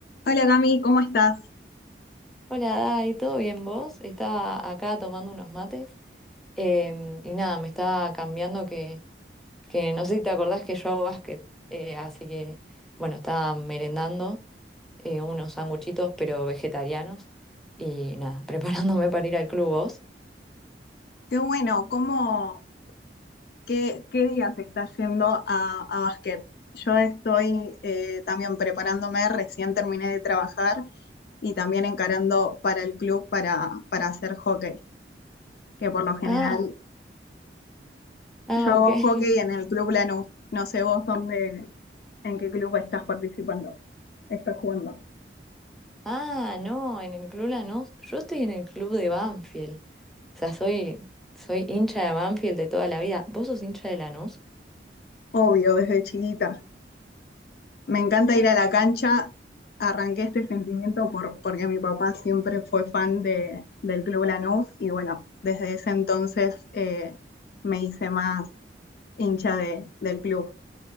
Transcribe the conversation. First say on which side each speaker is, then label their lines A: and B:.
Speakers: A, on the left; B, in the centre.
A: Hola Cami, ¿cómo estás?
B: Hola, Dai, ¿todo bien vos? Estaba acá tomando unos mates em, y nada, me estaba cambiando que, que no sé si te acordás que yo hago básquet, eh, así que bueno, estaba merendando eh, unos sanguchitos pero vegetarianos y nada, <laughs> preparándome para ir al club vos.
A: Qué bueno, ¿cómo, qué, qué día se está yendo a, a básquet? Yo estoy eh, también preparándome, recién terminé de trabajar y también encarando para el club para, para hacer hockey, que por lo general
B: Ah, ah,
A: yo hago
B: ok. <laughs>
A: hockey en el Club Lanús. No sé vos dónde, en qué club estás participando, estás jugando.
B: Ah, no, en el club Lanús, yo estoy en el club de Banfield, o sea, soy, soy hincha de Banfield de toda la vida. ¿Vos sos hincha de Lanús?
A: Obvio, desde chiquita. Me encanta ir a la cancha. Arranqué este sentimiento por, porque mi papá siempre fue fan de, del Club Lanús y bueno, desde ese entonces eh, me hice más hincha de, del club.